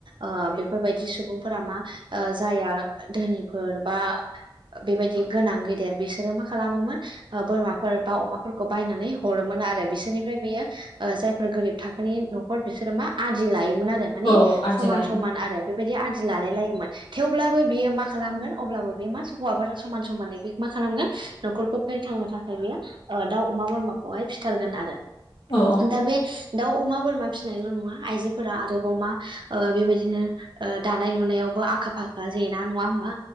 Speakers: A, on the right; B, on the left.
A: ओ बेफोरबायदि सुबुंफोरा मा ओ जाया धोनिफोर बा बेबायदि गोनां गेदेर बिसोरो मा खालामोमोन ओ बोरमाफोर बा अमाफोरखौ खौ बायनानै हरोमोन आरो बिसोरनिफ्राय बियो ओ जायफोर गोरिब थाखोनि न खर बिसोरो मा आदि लायोमोन आरो माने
B: औ आदिलाय
A: समान समान आरो बे बादि आदि लालायलायोन थेवब्लाबो बियो मा खालामगोन अब्लाबो बेयो मा हौवाफोरजों समान समानै बे मा खालामगोन न'खरखौ फेथांनो थाखाय बियो ओ दाउ अमा बोरमाखौहाय फिथारगोन आरो।
B: अ औ।
A: दा बे दाउ अमा बोरमा फिनायल' नङा आइजोफोरा आरोबाव मा ओ बेबायदिनो ओ दानाय लुनायावबो आखा फाखा जेना नङा होमा